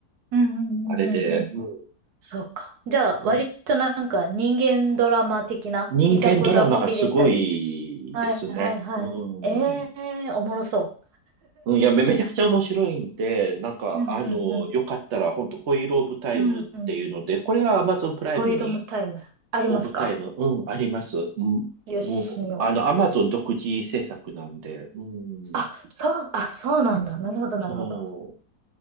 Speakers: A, on the right; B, on the right.
A: うんうんうんうんうん。
B: あれで、う
A: そうか。じゃあ、割となんか人間ドラマ的ないざこざも見れたり。
B: ん、人間ドラマがすごいですね。
A: はいはいはい。
B: う
A: ええー、
B: ん。
A: おもろそ
B: うん、いや、め、めちゃくちゃ面白いんで、なんか、
A: う。うんうんうん。
B: あの、よかったら、本当ホイールオブタイムっていうので、
A: うんうん。
B: これは Amazon プライムに、
A: ホイールもタイムありますか
B: オブタイム、うん、あります。うん、
A: よし、
B: もう、
A: 見よう。
B: あの、Amazon 独自制作なんで、うん、
A: あ、そう、あ、そうなんだ。なるほど、なるほど。
B: そう。